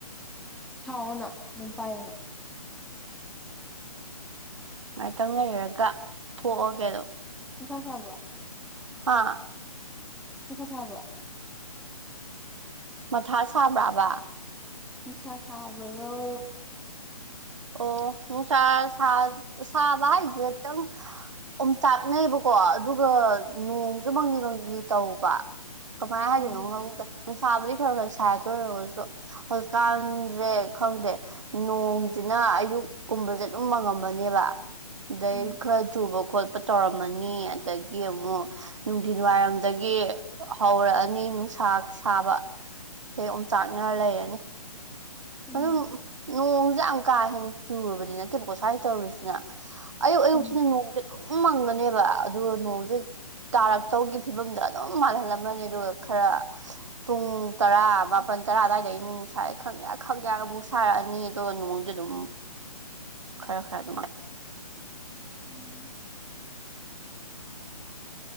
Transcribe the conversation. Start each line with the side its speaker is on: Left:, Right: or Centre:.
Centre: ꯁꯥꯎꯑꯣꯅ ꯑꯗꯨꯝ ꯄꯥꯏꯌꯣꯅ
Right: ꯉꯥꯏꯇꯪ ꯂꯩꯔꯒ ꯊꯣꯛꯑꯒꯦ ꯑꯗꯣ
Centre: ꯅꯨꯡꯁꯥ ꯁꯥꯕꯔꯣ
Right: ꯍꯥ
Centre: ꯅꯨꯡꯁꯥ ꯁꯥꯕꯔꯣ
Right: ꯃꯊꯥ ꯁꯥꯕ꯭ꯔꯥꯕ
Centre: ꯅꯨꯡꯁꯥ ꯁꯥꯕꯔꯣ
Right: ꯑꯣ ꯅꯨꯡꯁꯥ ꯁꯥ ꯁꯥꯕ ꯍꯥꯏꯁꯦ ꯈꯤꯇꯪ ꯑꯣꯝꯆꯥꯛꯅꯩꯕꯀꯣ ꯑꯗꯨꯒ ꯅꯣꯡꯁꯨ ꯃꯪꯂꯤ ꯃꯪꯂꯤ ꯇꯧꯕ ꯀꯃꯥꯏ ꯍꯥꯏꯗꯣꯏꯅꯣ
Centre: ꯎꯝ
Right: ꯈꯪꯗꯦ ꯅꯨꯡꯁꯥꯕꯨꯗꯤ ꯈꯔ ꯈꯔ ꯁꯥꯏ ꯑꯗꯨ ꯑꯣꯏꯔꯒꯁꯨ ꯍꯧꯖꯤꯛꯀꯥꯟꯁꯦ ꯈꯪꯗꯦ ꯅꯣꯡ ꯖꯤꯅ ꯑꯌꯨꯛ ꯀꯨꯝꯕꯖꯦ ꯑꯗꯨꯝ ꯃꯪꯉꯝꯃꯅꯦꯕ ꯑꯗꯩ
Centre: ꯎꯝ
Right: ꯈꯔ ꯆꯨꯕ ꯈꯣꯠ ꯇꯧꯔꯝꯃꯅꯤ ꯑꯗꯒꯤ ꯑꯃꯨꯛ ꯅꯨꯡꯊꯤꯟ ꯋꯥꯏꯔꯝꯗꯒꯤ ꯍꯧꯔꯛꯑꯅꯤ ꯅꯨꯡꯁꯥ ꯁꯥꯕ ꯑꯗꯩ ꯑꯣꯝꯆꯥꯛꯅꯔꯒ ꯂꯩꯔꯅꯤ
Centre: ꯎꯝ
Right: ꯑꯗꯨꯝ ꯅꯣꯡꯁꯦ ꯌꯥꯝ ꯀꯥ ꯍꯦꯟꯅ ꯆꯨꯨꯕꯗꯤ ꯅꯠꯇꯦꯕꯀꯣ ꯁ꯭ꯋꯥꯏ ꯇꯧꯔꯤꯁꯤꯅ ꯑꯌꯨꯛ ꯑꯌꯨꯛꯁꯤꯅ
Centre: ꯎꯝ
Right: ꯅꯣꯡꯁꯦ ꯑꯗꯨꯝ ꯃꯪꯉꯅꯦꯕ ꯑꯗꯨꯒ ꯅꯣꯡꯁꯦ ꯇꯥꯔꯛꯇꯧꯒꯤ ꯐꯤꯕꯝꯗ ꯑꯗꯨꯝ ꯃꯥꯜꯍꯜꯂꯝꯃꯅꯤ ꯑꯗꯨꯒ ꯈꯔ ꯄꯨꯡ ꯇꯔꯥ ꯃꯥꯄꯜ ꯇꯔꯥ ꯑꯗꯨꯋꯥꯏꯗꯩ ꯃꯨꯛ ꯅꯨꯡꯁꯥ ꯈꯪꯌꯥꯛ ꯈꯪꯌꯥꯛ ꯑꯃꯨꯛ ꯁꯥꯔꯛꯑꯅꯤ ꯑꯗꯨꯒ ꯅꯣꯡꯖꯦ ꯑꯗꯨꯝ ꯈꯔ ꯈꯔ ꯑꯗꯨꯃꯥꯏ
Centre: ꯎꯝ